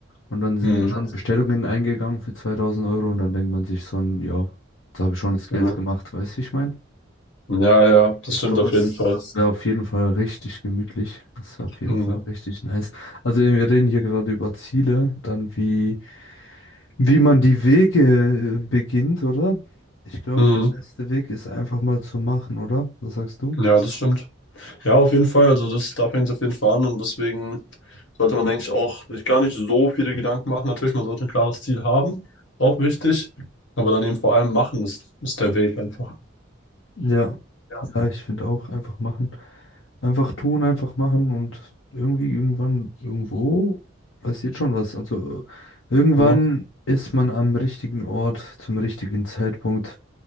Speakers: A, on the left; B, on the left.
A: Und dann sind
B: Mhm.
A: schon Bestellungen eingegangen für 2000 Euro. Und dann denkt man sich so, ein, ja, jetzt habe ich schon das Geld
B: Mhm.
A: gemacht. Weißt du, wie ich meine?
B: Ja, ja, das stimmt
A: Sowas
B: auf jeden Fall.
A: wäre auf jeden Fall richtig gemütlich. Das wäre auf jeden
B: Mhm.
A: Fall richtig nice. Also eben, wir reden hier gerade über Ziele, dann wie, wie man die Wege äh, beginnt, oder? Ich glaube,
B: Mhm.
A: der beste Weg ist einfach mal zu machen, oder? Was sagst du?
B: Ja, das stimmt. Ja, auf jeden Fall. Also das, da fängt es auf jeden Fall an und deswegen. sollte man eigentlich auch sich gar nicht so viele Gedanken machen. Natürlich, man sollte ein klares Ziel haben, auch wichtig, aber dann eben vor allem machen, ist, ist der Weg einfach.
A: Ja,
B: Ja.
A: ja, ich finde auch einfach machen. Einfach tun, einfach machen und irgendwie irgendwann, irgendwo passiert schon was. Also äh, irgendwann
B: Ne?
A: ist man am richtigen Ort, zum richtigen Zeitpunkt,